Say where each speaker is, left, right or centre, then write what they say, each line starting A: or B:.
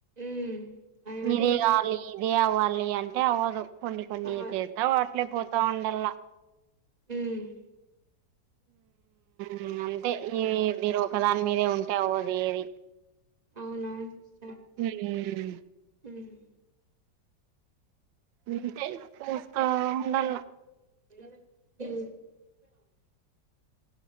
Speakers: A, on the right; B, on the right.
A: ఉమ్ అది మటుకు
B: ఇది
A: నిజమే
B: కావాలి ఇది కావాలి అంటే అవ్వదు కొన్ని కొన్ని
A: ఆ
B: చేస్తా వాట్లే పోతా ఉండల్లా
A: ఉమ్మ్
B: ఉమ్మ్ అంతే ఈ మీరు ఒక దాని మీదే ఉంటే అవ్వదు ఏది
A: అవునవున్ స
B: హ్మ్
A: ఉమ్మ్
B: అంతే చూస్త ఉండాల్లా
A: ఉమ్